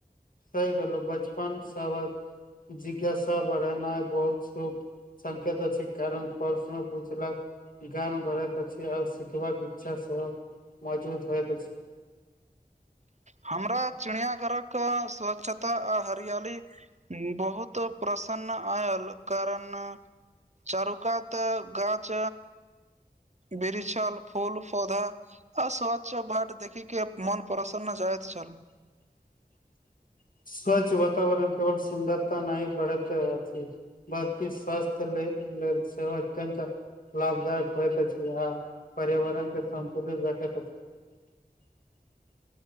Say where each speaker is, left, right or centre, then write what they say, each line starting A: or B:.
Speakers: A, on the left; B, on the right.
A: सही कलहु बचपन सबक जिज्ञासा बढ़नाइ बहुत शुभ संकेत अछी कारण प्रश्न पूछलक ज्ञान बढ़ैत अछी, आओ सिखबाक इच्छा सेहो मजबूत होइत अछि। <inaudible>
B: हमरा चिड़ियाघरक स्वच्छता आ हरियाली बहुत प्र प्रसन्न आयल कारण चारुकात गाछ बिरछल फूल पौधा आ स्वच्च बट देखिके मन प्रसन्न जाय चल
A: <inaudible> स्वच्छ वातावरण केवल सुन्दरता नहि बढ़त अछि, बल्कि स्वस्थ्य ल लेल सेहो अत्यन्त लाभदायक होइत अछि, आ पर्यावरण के संतुलित राखैत अछि।